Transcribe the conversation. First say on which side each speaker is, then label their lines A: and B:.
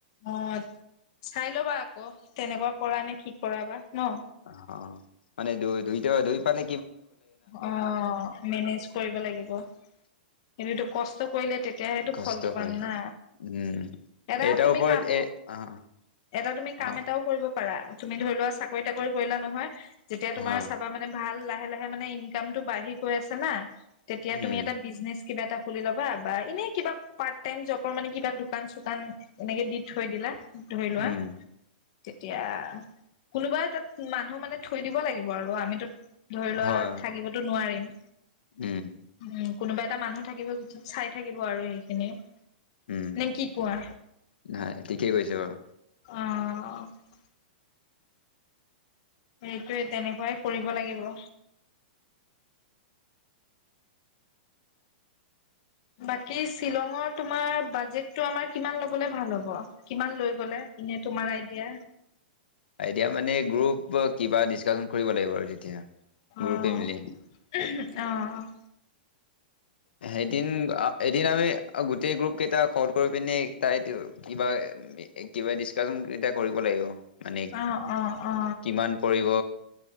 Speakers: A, on the left (about 35°); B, on the left (about 90°).
A: অ চাই লবা আকৌ তেনেকুৱা কৰা নে কি কৰা বা ন।
B: অ মানে ধ ধুই ধুই পালে।
A: অ মেনেজ কৰিব লাগিব। কিন্তু এইটো কষ্ট কৰিলে তেতিয়াহো
B: কষ্ট
A: ফলটো পাম
B: কৰিলে
A: না
B: উম
A: এ
B: এটাৰ
A: তুমি
B: ওপৰত
A: কামো
B: এ অ
A: এটা তুমি
B: অ
A: কাম এটাও কৰিব। পাৰা তুমি ধৰি লোৱা চাকৰি তাকৰি কৰিলা নহয়, যেতিয়া
B: হা
A: তোমাৰ চাবা মানে ভাল লাগ মানে ইনকামতটো বাঢ়ি গৈ আছে না তেতিয়া
B: উম
A: তুমি এটা বিজনেছ কিবা এটা খুলি ল'বা বা এনে কিবা পাৰ্ট টাইম জব মানে কিবা দোকান চোকান এনেকে দি থৈ দিলা ধৰি লোৱা
B: উম
A: তেতিয়া কোনোবাই তাত মানুহ মানে থৈ দিব লাগিব আৰু আমিতো। ধৰি লোৱা
B: হয়
A: থাকিবতো নোৱাৰিম
B: উম
A: উম। কোনোবা এটা মানুহ থাকিব চাই থাকিব আৰু সেইখিনি
B: উম,
A: নে কি কোৱা?
B: নাই ঠিকেই কৈছে বাৰু।
A: অ সেইটোৱে তেনেকুৱাই কৰিব লাগিব। বাকী শ্বিলঙত তোমাৰ বাজেটটো আমাৰ কিমান ল'বলে ভাল হ'ব? কিমান লৈ গ'লে এনে তোমাৰ আইডিয়া?
B: এতিয়া মানে গ্ৰুপ কিবা ডিচকাশচন কৰিব লাগিব আৰু তেতিয়া। গ্ৰুপে
A: অঁ,
B: মিলি
A: উহুম, অঁ।
B: সেইদিন অ এদিন আমি গো গোটেই গ্ৰুপ কেইটা কল কৰি পিনে, তাইত কিবা কিবা ডিচকাশচন এটা কৰিব লাগিব। মানে
A: অহ, অহ, অ।
B: কিমান পৰিব